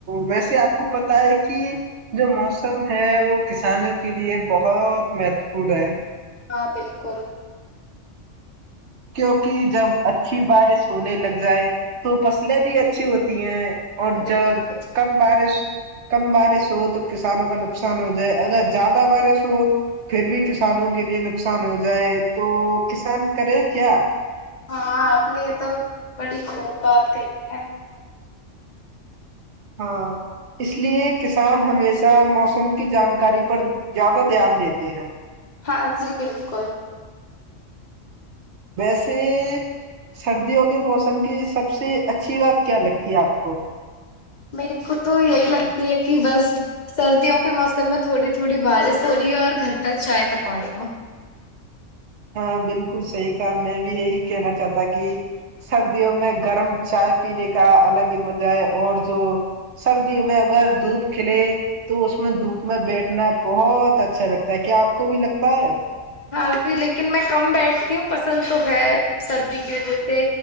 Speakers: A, on the right; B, on the left.
A: ویسے آپ کو پتا ہے کہ جو مو موسم ہے وہ کسانوں کے لیے بہت مہتو پورن ہے
B: ہاں بالکل
A: کیونکہ جب اچھی بارش ہونے لگ جائے تو فصلیں بھی اچھی ہوتی ہیں اور
B: بالکل
A: ج کم بارش کم بارش ہو تو کسانوں کا نقصان جائے اگر زیادہ بار س پھر بھی کسانوں کے لیے نقصان ہو جائے تو کسان کریں کیا <unintelligible>
B: ہاں آپ نے یہ تو بڑی خوب بات کہی ہے
A: ہاں اس لیے کسان ہمیشہ موسم کی جانکاری پر زیادہ دھیان دیتے ہیں
B: ہاں جی بالکل
A: ویسے سردیوں کے موسم کی سب سے اچھی بات کیا لگتی ہے آپ کو
B: میرے کو تو یہی لگتی ہے کہ بس سردیوں کے موسم میں تھوڑی تھوڑی بارش ہو رہی ہے اور گھر پہ چائے پکوڑی ہو
A: ہاں بالکل صحیح کہ میں بھی یہی کہنا چاہتا کہ سردیوں میں گرم چائے پینے کا الگ ہی مزہ ہے اور جو سردیوں میں اگر دھوپ کھلے تو اس میں دھوپ میں بیٹھنا بہت اچھا لگتا ہے کیا آپ کو بھی لگتا ہے
B: ہاں جی لیکن میں کم بیٹھتی ہوں پسند تو ہے سردی کی وجہ سے